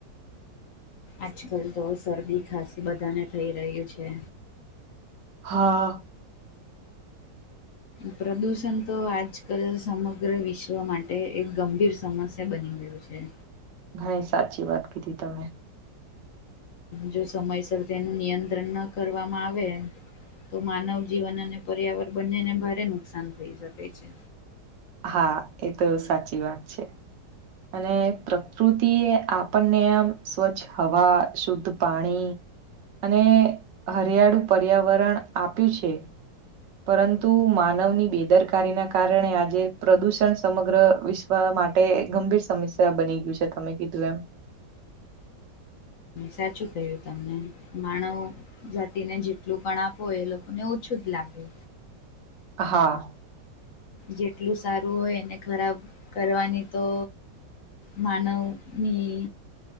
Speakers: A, on the left; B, on the right.
A: આજકાલ તો શરદી ખાસી બધાને થઈ રહ્યું છે.
B: હા,
A: પ્રદૂષણ તો આજ કલ સમગ્ર વિશ્વ માટે એક ગંભીર સમસ્ય તે બની ગયું છે.
B: ઘણી સાચી વાત કીધી તમે,
A: જો સમયસર તેનું નિયંત્રણ ન કરવામાં આવે, તો માનવ જીવન અને પર્યાવરણ બંનેને ભારે નુકસાન થઈ શકે છે.
B: હા એ તો સાચી વાત છે. અને પ્રકૃતિ એ આપણને આમ સ્વચ્છ હવા શુદ્ધ પાણી અને હરિયાળુ પર્યાવરણ આપ્યું છે. પરંતુ માનવની બેદરકારીના કારણે આજે પ્રદુષણ સમગ્ર વિશ્વ માટે ગંભીર સમસ્યા બની ગયું છે, તમે કીધું એમ
A: સાચું ક્યું તમને માણાવો જાતિને જેટલું પણ આપો એ લોકોને ઓછું જ લાગે,
B: હા,
A: જેટલું સારું હોય એને ખરાબ કરવાની તો માનવ ની